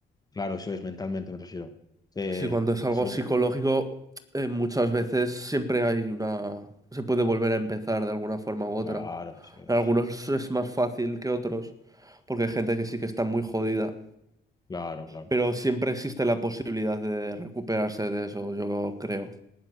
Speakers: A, on the left; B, on the right.
A: claro, eso es mentalmente, me refiero. Eh,
B: Si cuando es
A: eso.
B: algo psicológico, eh, muchas veces siempre hay una... Se puede volver a empezar de alguna forma u
A: Claro,
B: otra.
A: eso
B: En
A: es.
B: algunos es más fácil que otros, porque hay gente que sí que está muy jodida.
A: Claro, claro.
B: Pero siempre existe la posibilidad de recuperarse de eso, yo creo.